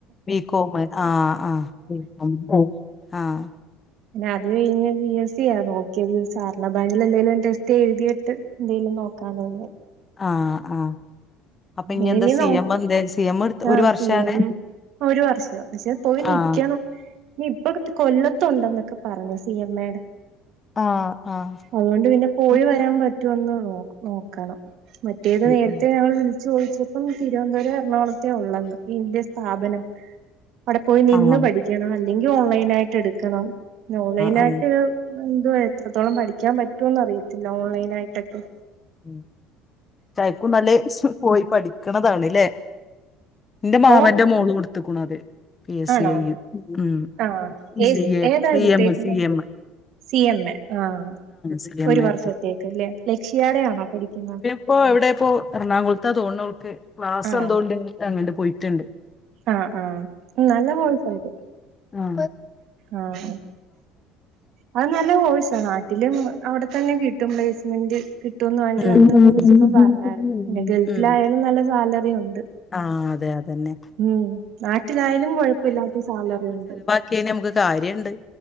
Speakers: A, on the left; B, on the right.
A: ബി കോമ് ആഹ് ആഹ് ബികോം ആഹ്
B: പിന്നെ അത് കഴിഞ്ഞ് പി എസി യാ നോക്കേത് സാർള ബാങ്കില്ലെ എന്തേലും ടെസ്റ്റ് എഴുതിയിട്ട് എന്തേലും നോക്കാന്ന്.
A: ആഹ് അ അപ്പൊ
B: പിന്നെ
A: ഞി എന്ത
B: ഇനി
A: സി
B: നോ
A: എമ്മന്തേ സി എമ്മ്ട്ത്ത്
B: ആഹ്
A: ഒരു വർഷാണ്.
B: സി എം എ ഒരു വർഷം പക്ഷെ പോയി നൽക്കണം
A: ആഹ്
B: ഇനി ഇപ്പോ കൊല്ല ത്തുണ്ടന്നൊക്കെ പറഞ്ഞു സി എമ്മേടെ
A: ആഹ് ആഹ്
B: അതുകൊണ്ട് പിന്നെ പോയി
A: ഉം
B: വരാൻ പ റ്റോന്ന് നോക്കണം മറ്റേത് നേരി
A: ഉം
B: ഞങ്ങള് വിളിചോദിച്ചപ്പം തിരുവന്തപുരം എറണാകുളത്തേ ഉള്ളെന്ന് ഇതിന്റെ സ്ഥാപനം. അവിടെ പോയി നിന്ന്
A: ആഹ്
B: പഠിക്കണം അല്ലെങ്കി ഓൺലൈനായിട്ട് എടുക്കണം ഓൺലൈനായിട്ട്
A: ആഹ്
B: എന്തോ എത്രത്തോളം പഠിക്കാൻ പറ്റോന്നറിയത്തില്ല ഓൺലൈനായിട്ടൊക്കെ.
A: അ? യ്ക്കും നല്ലേ പോയി പഠിക്ക്ണതാണ്ല്ലേ ന്റെ മാമന്റെ
B: ഓ
A: മോളുട്ത്തുക്കുണത്. പി എസ്
B: ആണോ
A: സി ഐയ്യ് ഉം
B: ആഹ്
A: സി എ
B: ഏതാ
A: സി
B: എടുത്തേക്കുന്നത്
A: എമ്മ് സി എമ്മ്.
B: സി എം എ ആഹ്
A: സി എം
B: ഒരു
A: എ
B: വർഷത്തേക്ക്ല്ലേ
A: എടുത്ത്
B: ലക്ഷ്യാടെ ആണോ പഠിക്കുന്ന?
A: ഇപ്പൊ എവിടെപ്പോ എറണാകുളത്ത തോന്ന്ണോൾക്ക് ക്ലാസ്
B: ആണോ
A: എന്തോ ണ്ട് അങ്ങ്ട്ട് പോയിറ്റ്ണ്ട്.
B: ആഹ് ആ നല്ല കോഴ്സാൺത്.
A: ആ
B: ആഹ് അത് നല്ല കോഴ്സാണ് നാട്ടിലും അവിടെ തെന്നെ കിട്ടും പ്ലേയിസ്മെന്റ്. കിട്ടുന്നും അന്ന്
A: ഉം ഉം
B: വിളിച്ചിപ്പം പറഞ്ഞാരുന്നു പിന്നെ ഗൾഫിലായാലും നല്ല സാലറിയുണ്ട്.
A: ആഹ് അതെ അതന്നെ
B: ഉം നാട്ടിലായാലും കൊഴപ്പില്ലാത്ത സാലറിണ്ട്.
A: കേ നമുക്ക് കാര്യണ്ട്